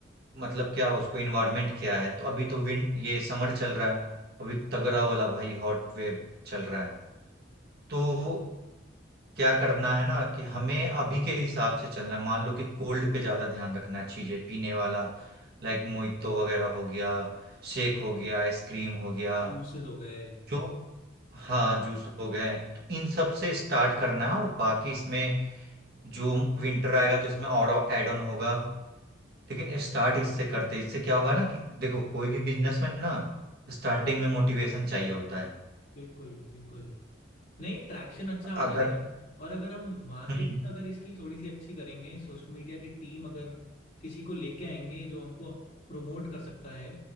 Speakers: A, on the right; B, on the left.
A: मतलब क्या उसको इन्वायरमेंट क्या है तो अभी तो विंड ये समर चल रहा है अभी
B: बिल्कुल
A: तगड़ा वाला भाई हॉट वेव चल रहा है तो क्या करना है ना कि हमें अभी के हिसाब से चलना है मान लो कि कोल्ड पे ज्यादा ध्यान रखना है चीजें पीने वाला लाइक मोइतो वगैरह हो गया शेक हो गया आइसक्रीम हो गया
B: यूसेस हो गए
A: जो हाँ जूस हो गए तो इन सब से स्टार्ट करना है और बाकी इसमें जो विंटर आएगा तो इसमें और एड ऑन होगा लेकिन स्टार्ट इससे करते इससे क्या होगा ना कि देखो कोई भी बिजनेस में ना स्टार्टिंग में मोटिवेशन चाहिए होता है
B: बिल्कुल बिल्कुल नहीं ट्रैक्शन अच्छा आ जाएगा
A: अगर
B: और अगर हम मार्केटिंग
A: हम्म
B: अगर इसकी थोड़ी सी अच्छी करेंगे सोशल मीडिया की टीम अगर किसी को लेके आएंगे जो हमको प्रमोट कर सकता है